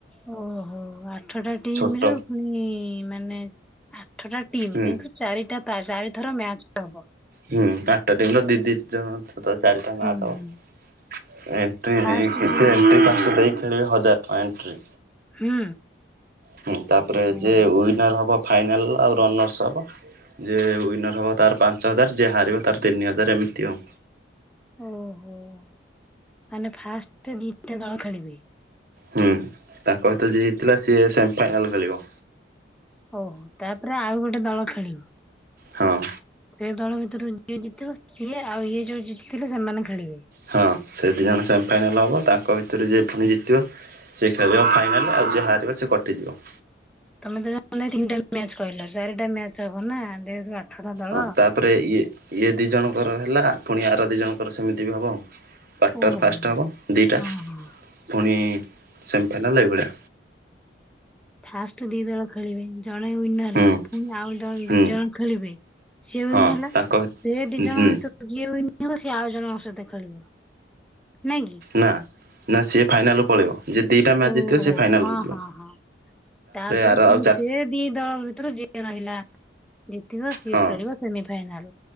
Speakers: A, in the centre; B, on the right (about 50°).
A: ଓହୋ ଆଠଟା ଟିମ୍
B: ଛୋଟ
A: ରୁ ଫୁଣି ମାନେ ଆଠଟା ଟିମ୍
B: ହୁଁ।
A: କିନ୍ତୁ ଚାରିଟା ଚା-ଚାରି ଥର ମ୍ୟାଚ ହବ।
B: ହୁଁ ଆଠଟା ଟିମ୍ ର ଦି ଦି ଜଣ <unintelligible> ଚାରିଟା
A: ହୁଁ
B: ମ୍ୟାଚ ହବ।
A: ହୁଁ।
B: ଏଣ୍ଟ୍ରି
A: ଫାଷ୍ଟ
B: ଦେଇକି
A: ଯୋଉ
B: ସେ ଏଣ୍ଟ୍ରି ପାଞ୍ଚଟା ଦେଇକି ଖେଳିବେ ହଜାର ପଏଂଟ୍ରି
A: ହୁଁ।
B: ହୁଁ ତାପରେ
A: ଓହୋ।
B: ଯେ ୱିନର ହବ ଫାଇନାଲ ଆଉ ରନର୍ସ ହବ। ଯେ ୱିନର ହବ ତାର ପାଞ୍ଚ ହଜାର। ଯେ ହାରିବ ତାର ତିନି ହଜାର ଏମିତି ଆଉ।
A: ଓହୋ‌ ମାନେ ଫାଷ୍ଟ ଦିଟା ଦଳ ଖେଳିବେ।
B: ହୁଁ ତାଙ୍କ ଭିତରେ ଯିଏ ଜିତିଲା। ସିଏ ସେମି ଫାଇନାଲ୍ ଖେଳିବ।
A: ଓହୋ ତାପରେ ଆଉ ଗୋଟେ ଦଳ ଖେଳିବ।
B: ହଁ।
A: ସେ ଦଳ ଭିତରୁ ଯିଏ ଜିତିବ। ସିଏ ଆଉ ଇଏ ଯୋଉ ଜିତିଥିଲେ ସେମାନେ ଖେଳିବେ।
B: ହଁ ସେ ଦୁଇ ଜଣ ସେମିଫାଇନାଲ୍ ହବ ତାଙ୍କ ଭିତରୁ ଯିଏ ଫୁଣି ଜିତିବ ସିଏ ଖେଳିବ ଫାଇନାଲ ଆଉ ଯିଏ ହାରିବ ସେ କଟିଯିବ।
A: ତମେ ତ ସମୁଦାଯ ତିନିଟା ମ୍ୟାଚ କହିଲ। ଚାରିଟା ମ୍ୟାଚ ହବ ନା। ଆଠଟା ଦଳ।
B: ହଁ ତାପରେ ଇଏ ଇଏ ଦି ଜଣଙ୍କର ହେଲା। ଫୁଣି ଆର ଦି ଜଣଙ୍କର ସେମିତି ବି ହବ ଆଉ। କ୍ୱାର୍ଟର
A: ଓହୋ।
B: ଫାଷ୍ଟ ହେବ ଦିଇଟା।
A: ହଁ ହଁ।
B: ଫୁଣି ସେମିଫାଇନାଲ୍ ଏଇଭଳିଆ।
A: ଫାଷ୍ଟ ଦି ଦଳ ଖେଳିବେ, ଜଣେ ୱିନର
B: ହୁଁ
A: ହେଲା, ଫୁଣି ଆଉ ଦଳ
B: ହୁଁ
A: ଦି ଜଣ ଖେଳିବେ। ସିଏ ୱିନ୍
B: ହଁ
A: ହେଲା,
B: ତାଙ୍କ
A: ଏ ଦି ଜଣ
B: ହୁଁ
A: ଭିତୁ ଯିଏ ୱିନ୍ ହେବ, ସିଏ ଆଉ ଜଣଙ୍କ ସହିତ ଖେଳିବ। ନାଇଁ କି?
B: ନା, ନା, ସିଏ ଫାଇନାଲ୍ ପଳେଇବ। ଯେ ଦିଟା ମ୍ୟାଚ୍
A: ଓହୋ!
B: ଜିତିବ ସେ ଫାଇନାଲକୁ
A: ହଁ,
B: ଯିବ।
A: ହଁ, ହଁ। ତାପରେ
B: ଆର
A: ପୁଣି
B: ଆଉ ଚାର
A: ସେ ଦି ଦଳ ଭିତୁରୁ ଯିଏ ରହିଲା ଜିତିବ, ସିଏ
B: ହଁ
A: ଖେଳିବ ସେମି ଫାଇନାଲ୍।